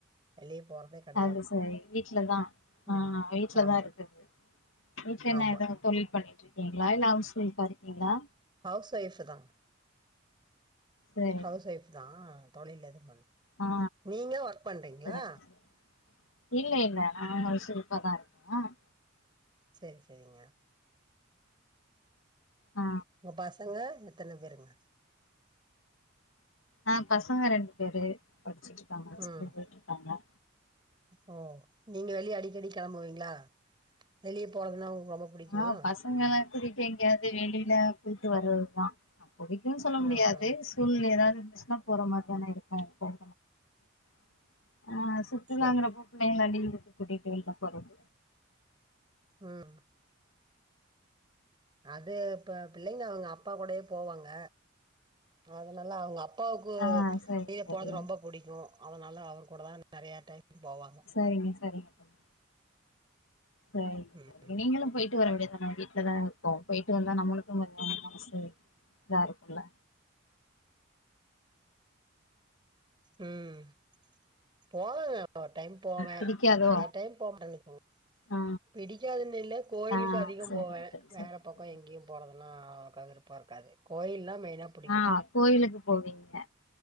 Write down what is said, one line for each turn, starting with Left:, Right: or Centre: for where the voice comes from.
Right: வெளிய போறதே கெடையாது
Left: அது சரி வீட்லதா ஆ
Right: ம்
Left: வீட்ல
Right: ஆமா
Left: தா இருக்கறது வீட்லன்னா
Right: ஆமா
Left: எதும் தொழில் பண்ணிட்ருக்கீங்ளா இல்ல ஹவுஸ் வைப்ஃபா இருக்கீங்ளா
Right: ஹவுஸ் ஒய்ஃப் தா
Left: சரி
Right: ஹவுஸ் ஒய்ஃப் தா தொழில் எதும் பண்
Left: ஆ
Right: நீங்க ஒர்க் பண்றீங்ளா
Left: சரி சரி. இல்ல இல்ல நா ஹவுஸ் ஒய்ஃபா தா இருக்க
Right: சேரி செரிங்க
Left: ஆ
Right: உங்க பசங்க எத்தன பேருங்க
Left: அ பசங்க ரெண்டு பேரு படிச்சிட்ருக்காங்க அப்டியே
Right: ம்
Left: போயிட்ருக்காங்க
Right: ஓ நீங்க வெளிய அடிக்கடி கெளம்புவீங்களா வெளிய போறதுன்னா உங்களுக்கு ரொம்ப புடிக்குமா
Left: ஆ பசங்க கூட்டிட்டு எங்கயாவது வெளியில போயிட்டு வர்றதுதா நா புடிக்கும்ன்னு சொல்ல முடியாது
Right: ஆஹா
Left: சூழ்நிலை ஏதாவது இருந்துச்சுன்னா போற மாறி தான இருக்கும் அப்போ <unintelligible> அ சுற்றுலாங்கிறப்போ
Right: செரி
Left: புள்ளைங்கள லீவுக்கு கூட்டிட்டு வெள்ல போறது
Right: ம் அது இப்ப பிள்ளைங்க அவுங்க அப்பா கூடயே போவாங்க அதனால அவுங்க அப் அப்பாவுக்கு
Left: ஆ சரிங்க
Right: வெளிய
Left: தோழி
Right: போறது ரொம்ப புடிக்கும் அதனால அவரு கூட தா நெறையா டைம் போவாங்க
Left: சரிங்க சரிங்க தோழி சரிங்க
Right: ம்
Left: சரி நீங்களும் போயி போயிட்டு வரவேண்டிய தானே வீட்ல தான இருக்கோ போயிட்டு வந்தா நம்மளுக்கும் கொஞ்சோ மனசு இதா இருக்குல்ல
Right: உம் போவங்க ஒரு டைம் போவ
Left: பிடிக்காதோ
Right: நெறையா டைம் போமாட்ட வச்சுக்கோங்க
Left: ஆ
Right: பிடிக்காதுன்னு இல்ல கோயிலுக்கு
Left: ஆ
Right: அதிகம்
Left: சரிங்க
Right: போவே
Left: தோழி
Right: வேற
Left: சரிங்க
Right: பக்கம்
Left: தோழி
Right: எங்கியு போறதுன்னா எனக்கு விருப்பம் இருக்காது கோயில்னா மெயினா புடிக்கு
Left: அ கோயிலுக்கு போவீங்க